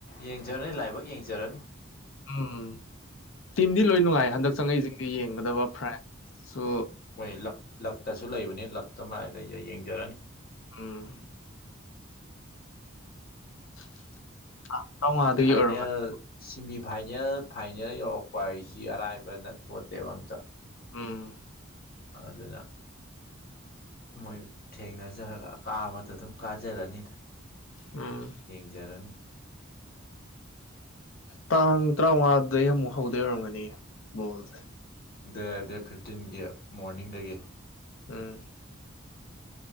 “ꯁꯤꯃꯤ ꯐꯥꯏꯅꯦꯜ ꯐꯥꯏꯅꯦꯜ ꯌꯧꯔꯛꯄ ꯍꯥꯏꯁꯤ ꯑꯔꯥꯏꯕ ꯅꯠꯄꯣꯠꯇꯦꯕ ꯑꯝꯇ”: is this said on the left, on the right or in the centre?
Left